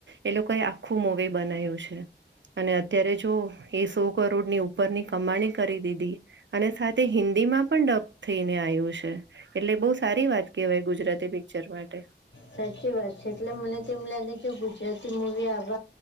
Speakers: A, on the right; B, on the left.
A: એ લોકોએ આખું મૂવી બનાય્યું છે અને અત્યારે જો એ સો કરોડની ઉપરની કમાણી કરી દીધી અને સાથે હિન્દીમાં પણ ડપ થઈને આવ્યું છે એટલે બહુ સારી વાત કેહેવાય ગુજરાતી પિક્ચર માટે
B: સાચી વાત છે એટલે મને તેમમ લાગે કે ગુજરાતી મુવી આભ